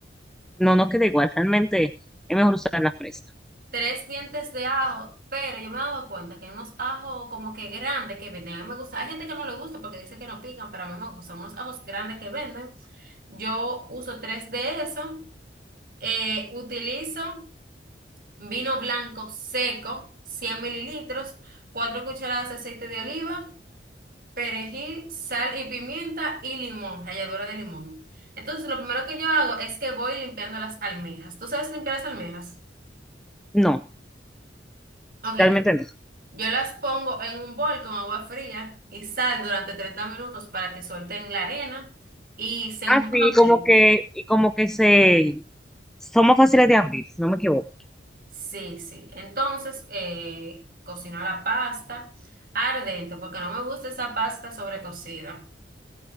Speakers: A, in the centre; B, on the right (about 50°).
A: No, no queda igual, realmente es mejor usar la fresca.
B: Tres dientes de ajo, pero yo me he dado cuenta que hay unos ajos como que grandes que venden. A mí me gusta, hay gente que no le gusta porque dice que no pican, pero a mí me gustan unos ajos grandes que venden. Yo uso tres de esos. Eh, utilizo vino blanco seco, 100 mililitros, cuatro cucharadas de aceite de oliva. perejil, sal y pimienta y limón, ralladura de limón. Entonces, lo primero que yo hago es que voy limpiando las almejas. ¿Tú sabes limpiar las almejas?
A: No,
B: Ok,
A: realmente
B: entonces,
A: no.
B: yo las pongo en un bol con agua fría y sal durante 30 minutos para que suelten la arena y se enjuguen
A: Así como
B: bien.
A: que, y como que se, son más fáciles de abrir, si no me equivoco.
B: Sí, sí. Entonces, eh, cocino la pasta ardente porque no me gusta esa pasta sobrecocida.